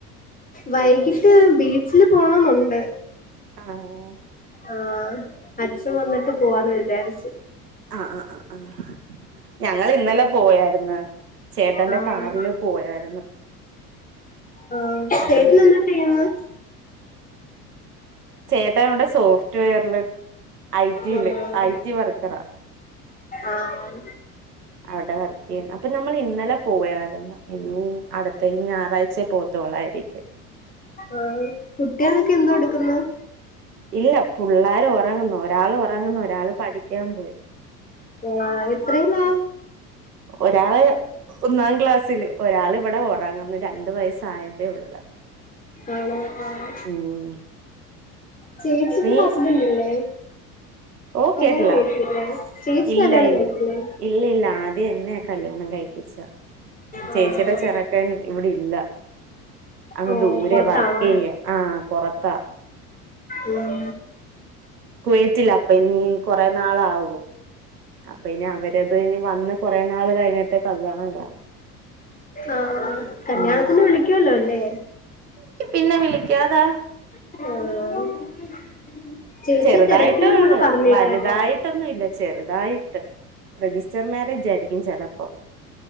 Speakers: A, on the left; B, on the right.
A: വൈകിട്ട് ബീച്ചില് പോണോന്നുണ്ട്.
B: ആഹ്.
A: ആഹ് അച്ഛൻ വന്നിട്ട് പോവാന്ന് വിചാരിച്ചു
B: ആഹ് ആഹ് ആഹ് ആഹ് ഞങ്ങൾ ഇന്നലെ പോയായിരുന്നു ചേട്ടന്റെ
A: ആഹ്
B: കാറില് പോയായിരുന്നു
A: ആഹ് ചേട്ടന്
B: ആണ്
A: എന്താ ചെയ്യുന്നത്
B: ചേട്ടായി ഇവിടെ സോഫ്റ്റ് വെയറില് ഐടിയില്
A: ആഹ്
B: ഐ ടി വർക്കറാ
A: ആഹ്
B: അവിടെ വർക്ക് ചെയ്യുന്നു അപ്പൊ നമ്മൾ ഇന്നലെ പോയായിരുന്നു അടുത്ത ഞായറാഴ്ചയെ പോത്തോളായിരിക്കും
A: ആഹ് കുട്ടിയാളൊക്കെ എന്തോ എടുക്കുന്നത്
B: ഇല്ല പിള്ളാര് ഉറങ്ങുന്നു ഒരാൾ ഉറങ്ങുന്നു ഒരാള് പഠിക്കാൻ പോയി
A: ആഹ് എത്രയില
B: ഒരാള് ഒന്നാം ക്ലാസ്സില് ഒരാൾ ഇവിടെ ഉറങ്ങുന്നു രണ്ടു വയസ്സായട്ടേ ഉള്ളത്
A: ആണോ ആഹ്
B: ഉം
A: ചേച്ചിക്കും
B: നീ
A: ഹസ്ബൻഡില്ലേ
B: ഓ
A: കല്യാണം
B: കേട്ടില്ല
A: കഴിച്ചിട്ടില്ലേ ചേച്ചി
B: ഇല്ല
A: കല്യാണം
B: ഇല്ല
A: കഴിച്ചിട്ടില്ലേ
B: ഇല്ല ഇല്ല ആദ്യം എന്നെയാ കല്യാണം കഴിപ്പിച്ച
A: ആഹ്
B: ചേച്ചിയുടെ ചെറ്ക്കൻ ഇവിടെ ഇല്ല അങ്ങ്
A: ഓ
B: ദൂരെ
A: പൊറത്താണോ
B: വർക്ക് ചെയ്യാ ആഹ് പോറത്താ
A: ഉം
B: കുവേറ്റില്ല അപ്പൊ ഇനി കൊറെ നാളാവും അപ്പ ഇനി അവരത് ഇനി വന്ന് കൊറെ നാള് കഴിഞ്ഞിട്ട് കല്യാണം ഇണ്ടാ
A: ആഹ് കല്യാണത്തിന്
B: ഉം
A: വിളിക്കൊല്ലോ അല്ലേ
B: ക്കെ പിന്നെ വിളിക്കാതെ
A: ആഹ് ചേച്ചിയെ
B: ചെറുതായിട്ടേ
A: തിരക്കിന്നും
B: ഉള്ളു
A: കൂടെ പറഞ്ഞേക്കാട്ടോ
B: വലുതായിട്ടൊന്നും ഇല്ല ചെറുതായിട്ട് രജിസ്റ്റർ മാരേജ് ആയിരിക്കും ചെലപ്പം